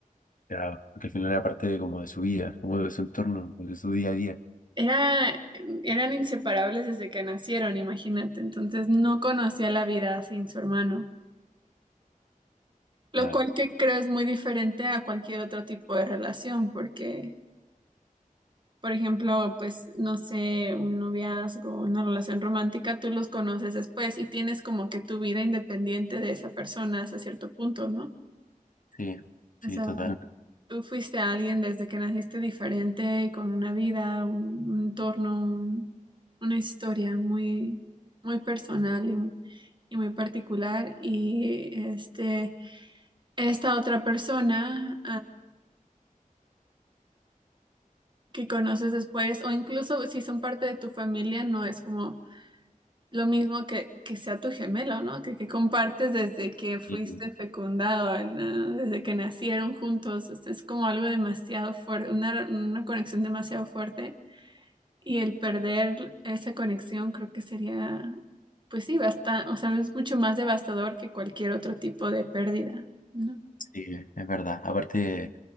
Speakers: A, on the left; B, on the right.
A: Claro, porque al final era parte de, como de su vida, como de su entorno, de su día a día.
B: Era, eran inseparables desde que nacieron, imagínate. Entonces, no conocía la vida sin su hermano. Lo
A: Claro,
B: cual que creo es muy diferente a cualquier otro tipo de relación, porque, por ejemplo, pues, no sé, un noviazgo, una relación romántica, tú los conoces después y tienes como que tu vida independiente de esa persona hasta cierto punto, ¿no?
A: sí, sí,
B: O sea,
A: total.
B: tú fuiste alguien desde que naciste diferente, con una vida, un, un entorno, un- una historia muy, muy personal y, y muy particular. Y este, esta otra persona... que conoces después, o incluso si son parte de tu familia, no es como lo mismo que, que sea tu gemelo, ¿no? Que, que compartes desde que fuiste
A: Sí,
B: fecundado, ¿no? Desde que nacieron juntos, o sea, es como algo demasiado fuerte, una, una conexión demasiado fuerte, y el perder esa conexión creo que sería, pues sí, bastante, o sea, es mucho más devastador que cualquier otro tipo de pérdida, ¿no?
A: sí, es verdad. Aparte,